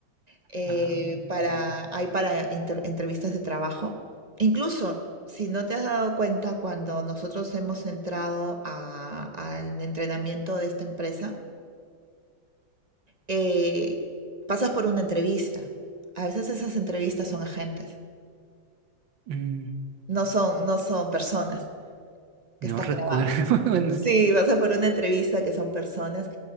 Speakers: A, on the right (about 35°); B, on the right (about 65°).
A: eh,
B: Ah,
A: para,
B: ya.
A: hay para inter- entrevistas de trabajo. Incluso, si no te has dado cuenta, cuando nosotros hemos entrado a- al entrenamiento de esta empresa, eh, pasas por una entrevista. A veces esas entrevistas son agentes,
B: Mm,
A: no son, no son personas que
B: no
A: estás
B: recuerdo.
A: grabando.
B: <laughs> Bueno,
A: Sí,
B: sí.
A: pasas por una entrevista que son personas